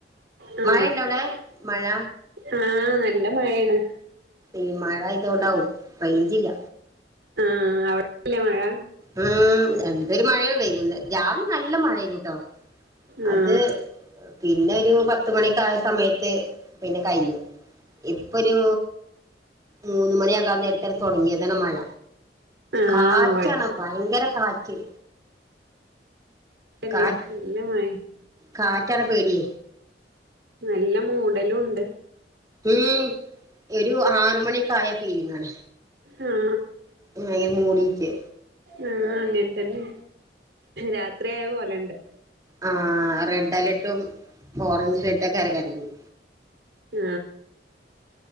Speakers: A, on the right; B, on the right.
A: ആ
B: മഴ ഇണ്ടോ അവിടെ മഴ.
A: ആ, നല്ല മഴയാണ്.
B: ഈ മഴ ആയതുകൊണ്ടാവും റേഞ്ചില്ല.
A: ആ, അവിടെല്ലേ മഴ.
B: ഉം. എന്തൊരു മഴയ പെയ്തത് രാവിലെ നല്ല മഴനൂട്ടോ.
A: ആ
B: അത്
A: ആ
B: പിന്നെ ഒരു പത്തു മണിക്കായ സമയത്ത് പിന്നെ കഴിഞ്ഞു. ഇപ്പോ ഒരു മൂന്ന് മണിയാകാൻ നേരത്ത് തുടങ്ങിയതാണ് മഴ.
A: ആ
B: കാറ്റാണ്
A: ഇവിടെ
B: ഭയങ്കര കാറ്റ്.
A: തന്നെ
B: കാറ്റ്
A: നല്ല മഴ.
B: കാറ്റാണ് പേടി.
A: നല്ല മൂടലും ഉണ്ട്.
B: ഉം. ഒരു ആറ് മണിക്കായ ഫീലിംഗ ആണ്.
A: ആ,
B: ഭയങ്കര മൂടിയിട്ട്
A: ആ, അങ്ങനെ തന്നെ. രാത്രിയയ പോലണ്ട്.
B: ആ, റെഡ് അലേർട്ടും, ഓറഞ്ച് അലേർട്ടൊക്കെ ഇറങ്ങല്ലേ.
A: ആ.